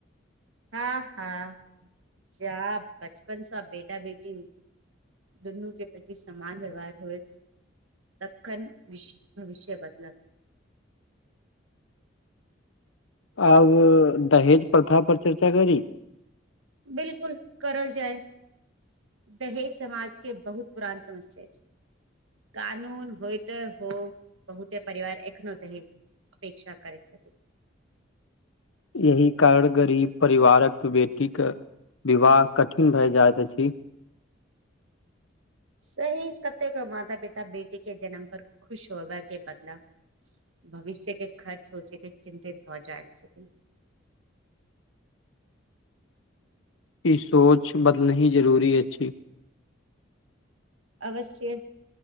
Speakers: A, on the right (about 85°); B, on the left (about 80°).
A: हां-हां। जा बचपन स बेटा-बेटी दुन्नू के प्रति समान व्यवहार होएत तखन विश भविष्य बदलत।
B: <inaudible> आब दहेज प्रथा पर चर्चा करी।
A: बिलकुल करल जाय। दहेज समाज के बहुत पुरान समस्या अछि। कानून होयत हो बहुते परिवार एखनो दहेज अपेक्षा करै छथी।
B: यही कारण गरीब परिवारक बेटी के विवाह कठिन भाए जाएत अछि।
A: सही कतेक माता-पिता बेटी के जन्म पर खुश होबै के बदला भविष्य के खर्च सोचेति चिंतित भ जाय छथिन।
B: <inaudible> इ सोच बदलनेही जरुरी अछि।
A: अवश्य,